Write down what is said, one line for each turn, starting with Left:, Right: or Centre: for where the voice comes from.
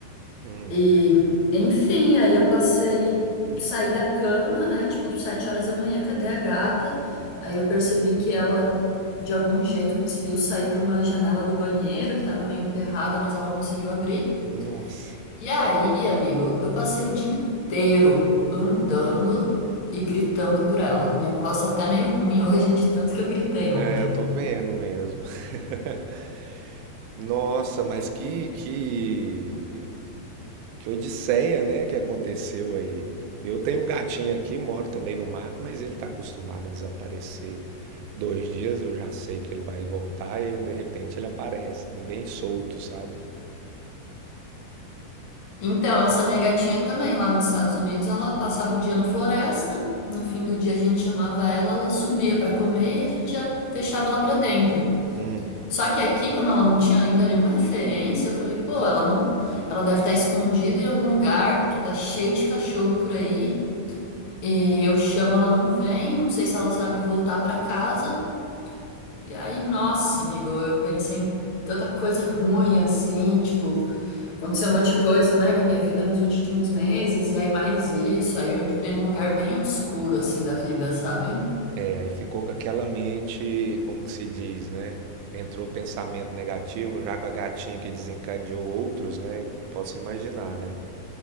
Right: Hum,
Left: E, enfim, aí eu passei, saí da cama, né? Tipo, sete horas da manhã, cadê a gata? Aí eu percebi que ela, de algum jeito, conseguiu sair para uma janela do banheiro que tava meio emperrada, mas ela conseguiu abrir.
Right: nossa.
Left: E aí, amigo, eu passei o dia inteiro andando e gritando por ela. Minha voz tá até meio ruim <laughs> hoje de tanto que eu gritei
Right: É,
Left: ontem.
Right: tô vendo mesmo. <laughs> Nossa, mas que, que Que odisseia, né, que aconteceu aí. Eu tenho um gatinho aqui, moro também no mato, mas ele está acostumado a desaparecer dois dias. Eu já sei que ele vai voltar e ele, de repente ele aparece, bem solto, sabe?
Left: Então, essa minha gatinha também, lá nos Estados Unidos, ela passava o dia na floresta. No fim do dia a gente chamava ela, ela subia pra comer e a gente já fechava ela pra dentro.
Right: Hum,
Left: Só que aqui, como ela não tinha ainda nenhuma referência, eu falei, pô, ela não, ela deve estar escondida em algum lugar, porque tá cheio de cachorro por aí. E eu chamo, ela não vem, não sei se ela sabe voltar pra casa. E aí, nossa, amigo, eu pensei em tanta coisa ruim assim, tipo, aconteceu um monte de coisa, né, com a minha vida nos últimos meses, e aí mais isso, aí eu entrei num lugar bem obscuro assim da vida, sabe?
Right: é, aí ficou com aquela mente, como que se diz, né? Entrou pensamento negativo, já com a gatinha que desencadeou outros, né? Posso imaginar, né?